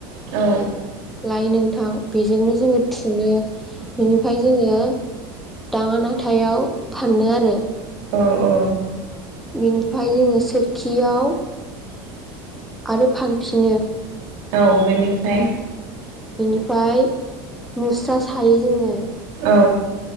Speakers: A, on the right; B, in the centre.
A: औ।
B: लायो नोंथां। बेजोंनो जोंङो थुनो, बिनिफ्राय जोङो दाङानाथायाव फानो आरो।
A: ओ औ।
B: बिनिफ्राय जोङो सोरखियाव आरो फानफिनो।
A: औ। बेनिफ्राय
B: बिनिफ्राय मुस्रा सायो जोङो।
A: औ।